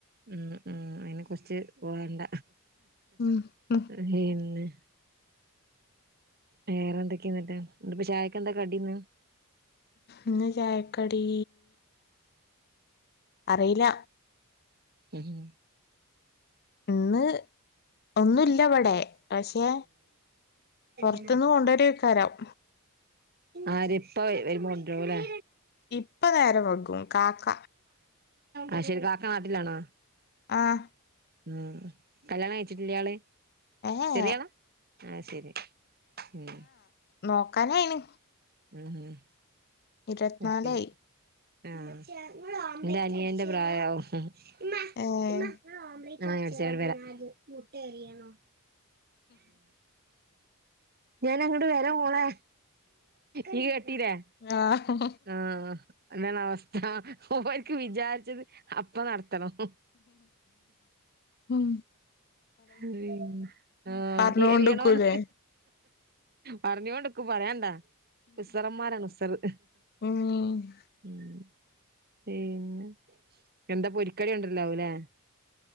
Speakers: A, on the right; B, on the left.
A: ഉം ഉം അയിനെ കുറ്ച്ച് പോണ്ട
B: ഉം ഉം
A: പിന്നെ വേറെ എന്തൊക്കെ ഇന്ന്ട്ട് ഇപ്പ ചായക്കെന്ത കടിന്ന്
B: ഇന്ന് ചായക്കടീ അറീല
A: ഉം
B: ഇന്ന് ഒന്നുല്ല ഇവ്ടെ പക്ഷേ പോർത്ത്ന്ന്
A: ആഹ്
B: കൊണ്ടൊരേക്കാരം
A: ആര് ഇപ്പ വരുമ്പൊ കൊണ്ട്രൂലെ
B: ഇപ്പ നേരം വെങ്കും കാക്ക
A: ആഹ് ശരി കാക്ക നാട്ടിലാണോ
B: ആഹ്
A: ഉം കല്യാണം കഴച്ചിട്ടില്ല്യാള്
B: ഏ ഏ
A: ചെറിയാള ആഹ് ശരി ഉം
B: നോക്കാനയിന്
A: ഉം ഉം
B: ഇരുപത്തിനാലായി
A: അയ് ശരി ആഹ് ഇന്റ അനിയെന്റെ പ്രായാവും ഉം
B: ഏഹ്
A: ഇമ്മാ നിങ്ങള് ഒമ്പലെറ്റ് അടിച്ചോരെ ആഹ് ഞാൻ അടിച്ചേര വര മുട്ട അറിയെണൊ ഞാന അങ്ങ്ട്ട് വര മോളെ ഇയ്യ് കേട്ടീലേ
B: ആഹ്
A: ആഹ് അതാണ് അവസ്ഥ ഓർക്ക് വിചാരിച്ചത് അപ്പ നടത്തണം
B: ഉം
A: ഉം ആഹ്
B: പറഞ്ഞോണ്ട്ക്കൂലേ
A: എറിയണോന്ന് പറ്ഞ്ഞോണ്ട്ക്ക് പറയാണ്ടൊ ഉസറന്മാരാണ് ഉസറ്.
B: ആഹ്
A: ഉം പിന്നെ എന്ത പൊരിക്കടി കൊണ്ട്രലാവുലേ?